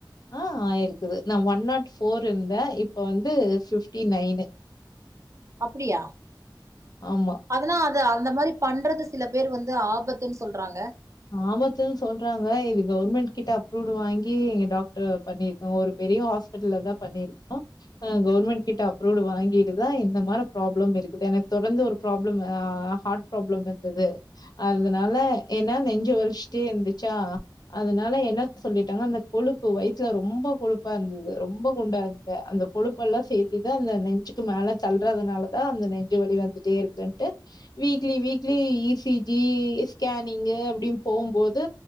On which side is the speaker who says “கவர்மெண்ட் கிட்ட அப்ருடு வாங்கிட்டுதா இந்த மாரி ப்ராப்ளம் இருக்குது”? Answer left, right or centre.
Left